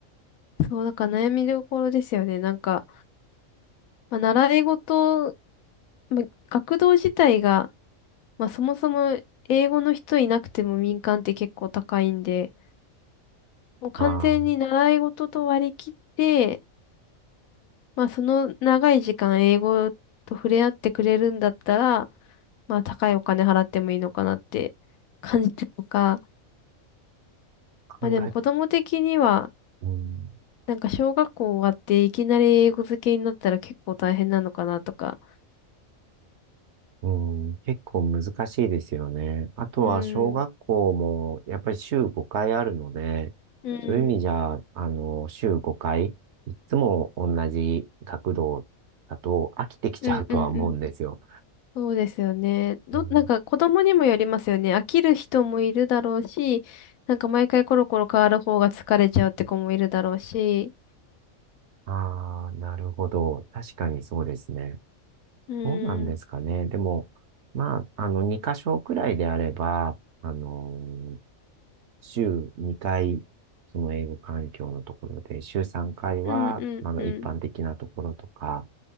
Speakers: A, on the left; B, on the right.
A: そう、だから悩みどころですよね。なんか、まあ、習い事、まあ、学童自体が、まあそもそも英語の人いなくても民間って結構高いんで、もう完全に習い事と割り切って、
B: ああ、
A: まあ、その長い時間英語と触れ合ってくれるんだったら、まあ、高いお金払ってもいいのかなって感じたとか、まあ、
B: 考え、
A: でも子供的には、
B: うん、
A: なんか小学校終わっていきなり英語漬けになったら結構大変なのかなとか。
B: うん、結構難しいですよね。あとは小学校もやっぱり週5回あるので、
A: うん。うん。
B: そういう意味じゃ、あの、週5回、いつも同じ学童だと飽きてきちゃうとは思うんですよ。
A: うんうんうん。そうですよね。ど、
B: うん、
A: なんか子供にもよりますよね。飽きる人もいるだろうし、なんか毎回コロコロ変わる方が疲れちゃうって子もいるだろうし。
B: ああ、なるほど。確かにそうですね。
A: うん。
B: どうなんですかね。でも、まあ、あの、2箇所くらいであれば、あの、週2回、その英語環境のところで、週3回は、
A: うんうんうん。
B: あの、一般的なところとか、